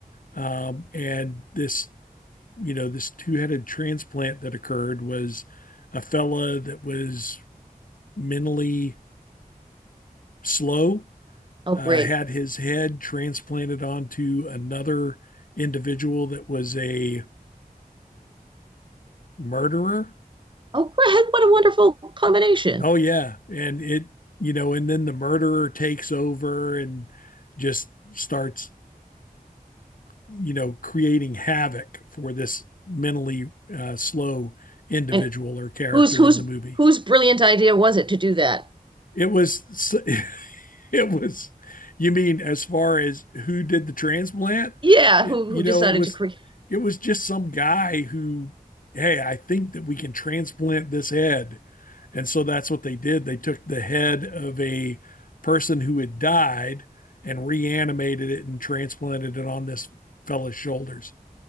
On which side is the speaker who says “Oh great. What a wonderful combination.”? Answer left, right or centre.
Right